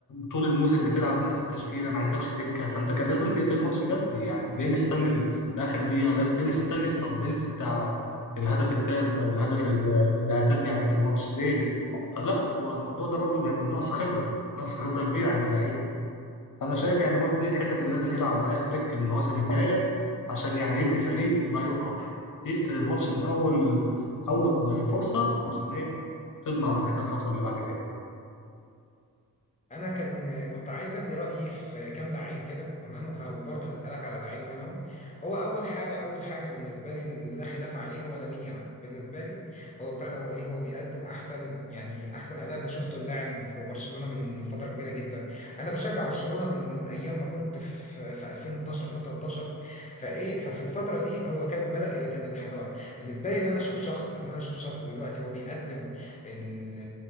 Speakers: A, on the left; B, on the left.
A: طول الموسم بتلعب بنفس التشكيله ما عندكش دكه فانت كان لازم تقتل الماتش بدري يعني ليه مستني ال- لاخر دقيقه لا- ليه مستني السسبنس بتاع الهدف الثالث او الهدف ال- اللي هترجع بيه في الماتش ليه ده فلا هو الموضوع ده برضو نقص خبره نقص خبره كبيره عند اللعيبه انا شايف يعني برضو دي الحتت اللي لازم يلعب عليها فليك المواسم الجايه عشان يعني يبني فريق لا يقهر يقتل الماتش من اول اول فرصه عشان ايه تضمن بعد كده الخطوه اللي بعد كده
B: انا كان كنت عايز ادي رايي في كام لعيب كده تمام وه... وبرضه هسالك على لعيب منهم هو اول حاجه اول حاجه بالنسبه لي اللي لا خلاف عليه هو لامين يامال بالنسبه لي هو بتاع ده هو ايه هو بيقدم احسن يعني احسن اداء انا شفته اللاعب في برشلونه من فتره كبيره جدا انا بشجع برشلونه من ايام ما كنت في في 2012 2013 فايه ففي الفتره دي هو كانت بدات الانحدار بالنسبه لي ان انا اشوف شخص ان انا اشوف شخص دلوقتي هو بيقدم ال-